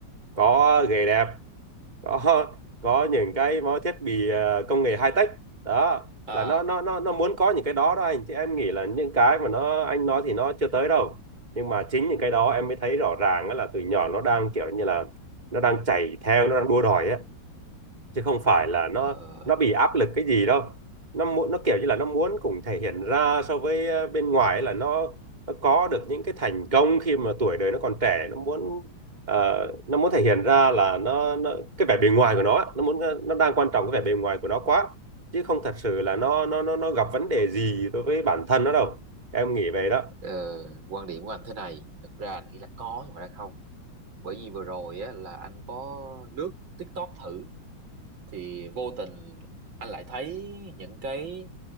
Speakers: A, on the right; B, on the right.
A: có ghế đẹp có có những cái mọi thiết bị ờ, công nghệ high tech đó
B: à
A: là nó nó nó nó muốn có những cái đó đó anh chứ em nghĩ là những cái mà nó anh nói thì nó chưa tới đâu nhưng mà chính những cái đó em mới thấy rõ ràng á là từ nhỏ nó đang kiểu như là nó đang chạy theo nó đang đua đòi á chứ không phải là nó
B: ờ,
A: nó bị áp lực cái gì đâu nó muốn nó kiểu như là nó muốn cũng thể hiện ra so với ờ, bên ngoài ấy là nó nó có được những cái thành công khi mà tuổi đời nó còn trẻ nó muốn ờ, nó muốn thể hiện ra là nó, nó cái vẻ bề ngoài của nó ấy, nó muốn ờ, nó đang quan trọng cái vẻ bề ngoài của nó quá chứ không thật sự là nó nó nó nó gặp vấn đề gì đối với bản thân nó đâu em nghĩ vậy đó
B: ờ, quan điểm của anh thế này thực ra anh nghĩ là có nhưng mà đã không bởi vì vừa rồi á là anh có lướt TikTok thử thì vô tình anh lại thấy những cái